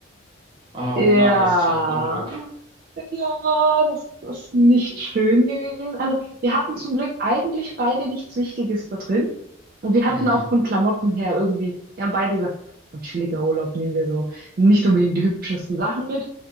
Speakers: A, on the right; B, on the right.
A: Ah, oh
B: Ja,
A: nein, das ist ja ein Unglück.
B: ja, das ist nicht schön gewesen. Also, wir hatten zum Glück eigentlich beide nichts Wichtiges da drin. Und wir hatten
A: Mhm.
B: auch von Klamotten her irgendwie, wir haben beide gesagt, so ein chilliger Urlaub nehmen wir so nicht unbedingt die hübschesten Sachen mit.